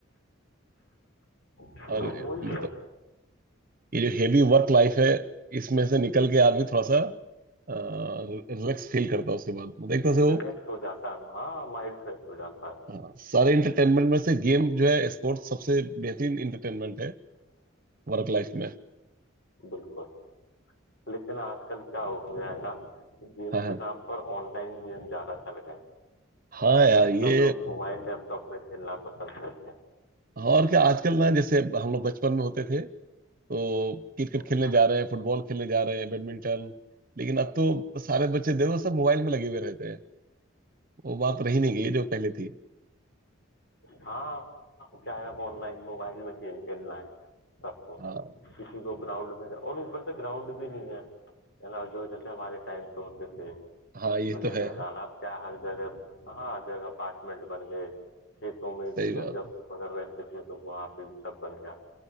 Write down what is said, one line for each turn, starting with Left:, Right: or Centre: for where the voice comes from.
Left: तो
Right: और
Left: वही
Right: मतलब
Left: है
Right: ये जो हेवी वर्क लाइफ है इसमें से निकल के आदमी थोड़ा सा रिलैक्स फील करता है उसके बाद मतलब एक तरह से वो
Left: रिलैक्स हो जाता है हाँ माइंड फ्रेश हो जाता है
Right: हाँ, सारे इंटरटेनमेंट में से गेम जो है स्पोर्ट्स सबसे बेहतरीन इंटरटेनमेंट है वर्क लाइफ में
Left: बिल्कुल लेकिन आजकल क्या हो गया है ना गेम
Right: हाँ हाँ
Left: के नाम पर ऑनलाइन गेम ज्यादा चल गए हैं।
Right: हाँ यार
Left: हाँ सब
Right: ये
Left: लोग मोबाइल लैपटॉप में खेलना पसंद करते
Right: और क्या आजकल ना जैसे हम लोग बचपन में होते थे तो क्रिकेट
Left: हैं
Right: खेलने जा रहे हैं फुटबॉल खेलने जा रहे हैं बैडमिंटन लेकिन अब तो सारे बच्चे देखो सब मोबाइल में लगे हुए रहते हैं वो बात रही नहीं गई जो पहले थी
Left: हाँ क्या है अब ऑनलाइन मोबाइल में गेम खेलना है सबको
Right: हाँ
Left: किसी को ग्राउंड में जा- और ऊपर से ग्राउंड भी नहीं है है ना जो जैसे हमारे टाइम पे होते थे
Right: हाँ ये
Left: खुले
Right: तो है
Left: मैदान अब क्या है, हर जगह हाँ हर जगह अपार्टमेंट बन गए खेतों में
Right: सही
Left: भी
Right: बात
Left: अब जब
Right: है
Left: बगल बैठते थे तो वहां पे भी सब बन गया